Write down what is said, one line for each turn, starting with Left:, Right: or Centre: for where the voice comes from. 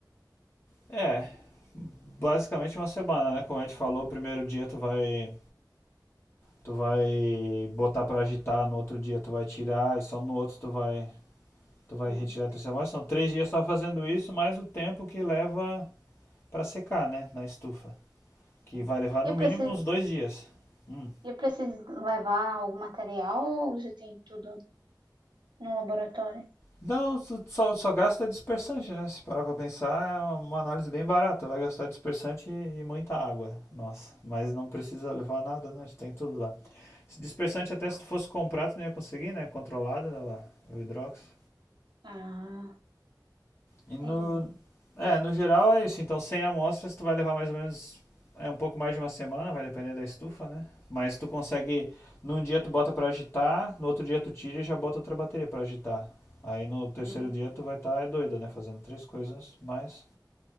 Left: É, basicamente uma semana, né? Como a gente falou, o primeiro dia tu vai tu vai botar pra agitar, no outro dia tu vai tirar e só no outro tu vai tu vai
Right: Uhum.
Left: retirar a terceira amostra. São três dias só fazendo isso, mais o tempo que leva pra secar, né? Na estufa, que
Right: sei.
Left: vai levar no
Right: E eu
Left: mínimo
Right: preciso,
Left: uns dois dias. Hum.
Right: eu preciso levar algum material ou já tem tudo no laboratório?
Left: Não, só, só gasta dispersante, né? Se parar pra pensar, é uma, uma análise bem barata. Vai gastar dispersante e, e muita água. Nossa, mas não precisa levar nada, né? A gente Tem tudo lá. Esse dispersante, até se tu fosse comprar, tu não ia conseguir, né? Controlado, né, o hidróxido.
Right: Ah,
Left: E no,
Right: entendi.
Left: é, no geral é isso. Então, 100 amostras, tu vai levar mais ou menos é um pouco mais de uma semana, vai depender da estufa, né? Mas tu consegue, num dia tu bota para agitar, no outro dia tu tira e já bota outra bateria para agitar. Aí no terceiro
Right: Uhum.
Left: dia tu vai estar tá, é doida, né? Fazendo três coisas, mas